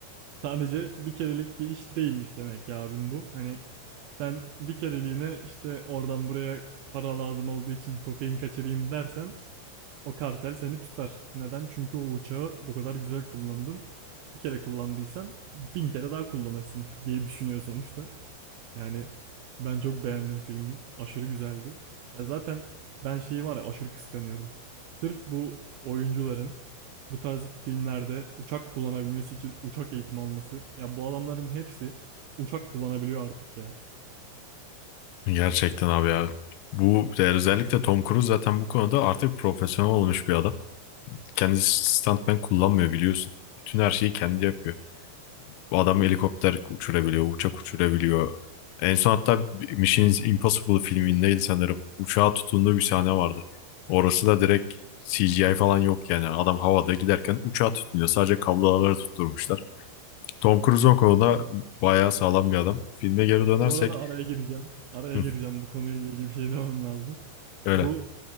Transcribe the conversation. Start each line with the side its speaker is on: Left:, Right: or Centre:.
Right: Sadece bir kerelik bir iş değilmiş demek ya abim bu. Hani sen bir kereliğine işte oradan buraya para lazım olduğu için kokain kaçırayım dersen o kartel seni tutar. Neden? Çünkü o uçağı bu kadar güzel kullandın. Bir kere kullandıysan bin kere daha kullanırsın <laughs> diye düşünüyor sonuçta. Yani ben çok beğendim filmi. Aşırı güzeldi. Ya zaten ben şeyi var ya aşırı kıskanıyorum. Sırf bu oyuncuların bu tarz filmlerde uçak kullanabilmesi için uçak eğitimi alması. Ya bu adamların hepsi uçak kullanabiliyor artık ya.
Left: Gerçekten abi ya. Bu özellikle Tom Cruise zaten bu konuda artık profesyonel olmuş bir adam. Kendisi stuntman kullanmıyor biliyorsun. Bütün her şeyi kendi yapıyor. Bu adam helikopter uçurabiliyor, uçak uçurabiliyor. En son hatta Mission Impossible filmindeydi sanırım. Uçağa tutunduğu bir sahne vardı. Orası da direkt CGI falan yok yani. Adam havada giderken uçağa tutunuyor. Sadece kabloları tutturmuşlar. Tom Cruise o konuda bayağı sağlam bir adam. Filme geri dönersek
Right: Bu arada araya gireceğim. Araya
Left: hı,
Right: gireceğim bu konuyla ilgili bir şey demem lazım.
Left: öyle.
Right: Bu